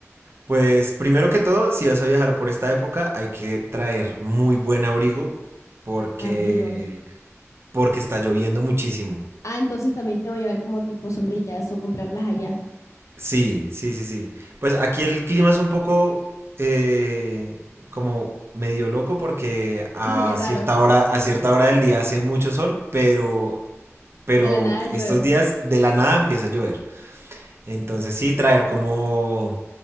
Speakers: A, on the right; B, on the left.
A: Pues primero que todo, si vas a viajar por esta época, hay que traer muy buen abrigo porque
B: Abrigos.
A: porque está lloviendo muchísimo.
B: Ah, entonces también te voy a llevar como tipo sombrillas o comprarlas allá.
A: Sí, sí, sí, sí. Pues aquí el clima es un poco eh, como medio loco porque a
B: <laughs> Es raro.
A: cierta hora, a cierta hora del día hace mucho sol, pero pero
B: De la nada llueve.
A: estos días de la nada empieza a llover. Entonces sí, traer como